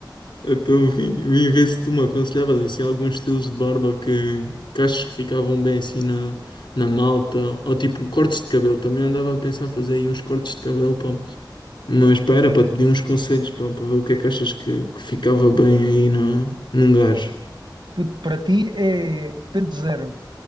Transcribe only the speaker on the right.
Puto, Para ti é pente zero,